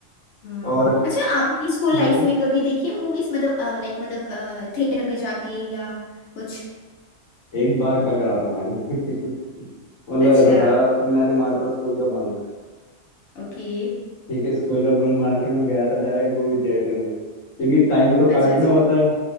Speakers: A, on the left; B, on the left.
A: हम्म
B: और
A: अच्छा आपने स्कूल
B: हम्म
A: लाइफ में कभी देखी है मूवीज मतलब लाइक मतलब थिएटर में जाके या कुछ
B: एक बार का करा था मैंने <laughs> मतलब
A: अच्छा
B: ऐसा था मैंने मारा था स्कूल का बंक
A: ओके
B: ठीक है स्कूल का बंक मार के मैं गया था डायरेक्ट मूवी थिएटर में क्योंकि टाइम तो
A: अच्छा
B: काटना
A: अच्छा
B: होता है